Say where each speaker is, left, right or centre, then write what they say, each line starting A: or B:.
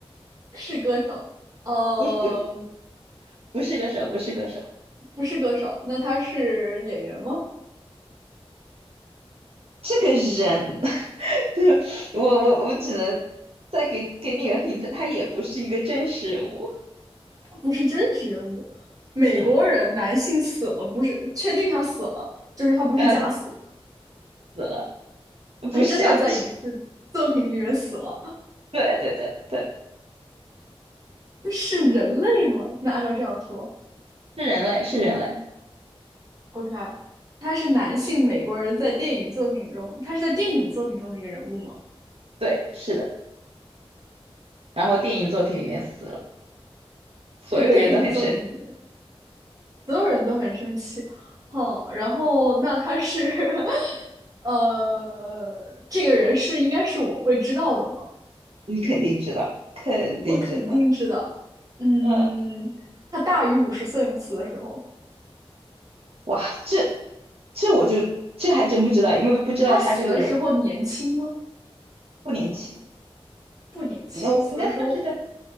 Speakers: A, on the right (about 35°); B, on the right (about 70°).
A: 是歌手，呃，
B: 不是不是不是歌手，不是歌手，
A: 不是歌手，那他是演员吗？
B: 这个人，<laughs> 对，我我我只能再给给你一个 hint，他也不是一个真实人物，
A: 他不是真实人物，美国人男性死了，
B: 嗯，
A: 不是确定他死了，就是他不是假死，
B: 呃，他死了，
A: 他真的在影视作品里面死了，
B: 不是假死，<laughs> 对对对对，
A: 是人类吗？那按照这样说
B: 是人类，是人类，
A: ，OK，他是男性美国人在电影作品中，他是在电影作品中的一个人物吗？
B: 对，是的，然后电影作品里面死了，所有人都很生。
A: 在电影作品里所有人都很生气。哦，然后那他是，<laughs> 呃，这个人是应该是我会知道的吗？
B: 你肯定知道，肯定知道。
A: 我肯定知道。嗯，
B: 嗯，
A: 他大于五十岁吗？死的时候，
B: 哇，这这我就这还真不知道，因为不知道他这个人
A: 他死的时候年轻吗？
B: 不年轻，
A: 不年轻，
B: 那我应该算是在
A: 死的时候，